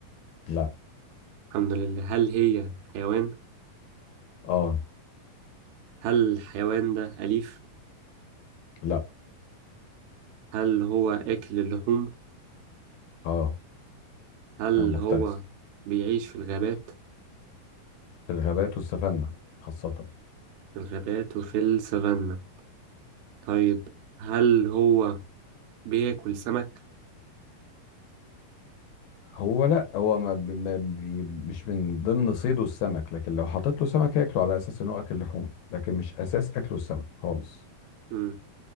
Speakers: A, on the left; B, on the right.
A: لا
B: الحمد لله هل هي حيوان
A: اه
B: هل الحيوان ده أليف
A: لا
B: هل هو أكل اللحوم
A: اه
B: هل
A: انا مفترس
B: هو بيعيش في الغابات
A: في الغابات والسفنة خاصة
B: في الغابات وفي السفانة طيب هل هو بياكل سمك
A: هو لا هو ما بي ما بي مش من ضمن صيده السمك لكن لو حطيت له سمك هياكله على اساس انه اكل لحوم لكن مش اساس اكله السمك خالص
B: مم.